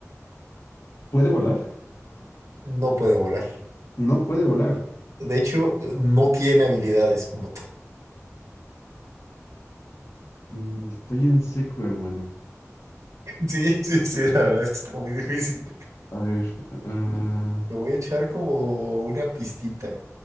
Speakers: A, on the left; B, on the right.
A: ¿Puede volar?
B: No puede volar.
A: No puede volar.
B: De hecho, no tiene habilidades como
A: Mm, estoy en seco, hermano.
B: Sí, sí, sí, la verdad es que está muy difícil.
A: A ver, ah,
B: Te voy a echar como una pistita,